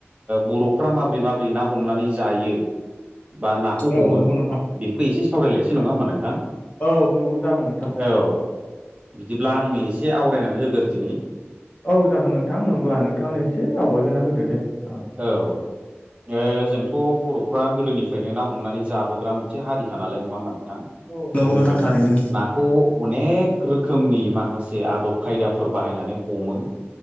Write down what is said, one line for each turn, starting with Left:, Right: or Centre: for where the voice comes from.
Right: बर'फ्रा माबोरै माबोरै ना हमनानै जायो बा ना हमो
Left: औ नंगौ नोंथां
Right: बेखौ एसे सावरायलायसै नङा होमबा नोंथां?
Left: औ नंगौ जागोन नोंथां
Right: औ। बिदिब्ला आंनो एसे आवरायनानै होग्रो दिनि
Left: औ जागोन नोंथां नङब्ला नोंथाङनो एसे आवगायगोना होदो दे जागोन
Right: औ। जोंथ' बर'फ्रा गोदोनिफ्रायनो ना हमनानै जाबोग्रा मोनसे हारिखा नालाय नङा हा नोंथां?
Left: औ नंगौ
Right: जोङो
Left: नोंथां थारैनो
Right: ना खौ अनेक रोखोमनि माखासे आदब खायदाफोर बाहायनानै हमो